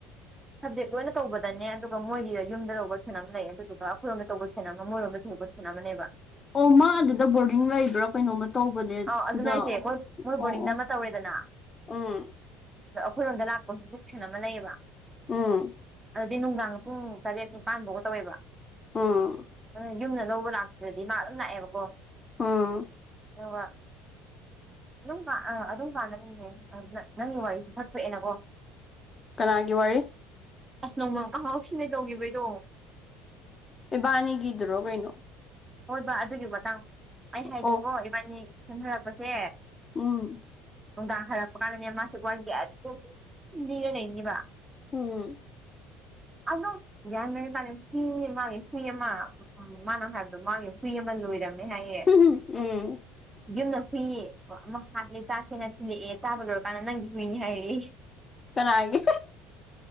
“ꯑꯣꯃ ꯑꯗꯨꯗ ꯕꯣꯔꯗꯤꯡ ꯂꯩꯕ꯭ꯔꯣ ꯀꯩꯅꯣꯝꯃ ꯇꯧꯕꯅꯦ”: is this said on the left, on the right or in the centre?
Left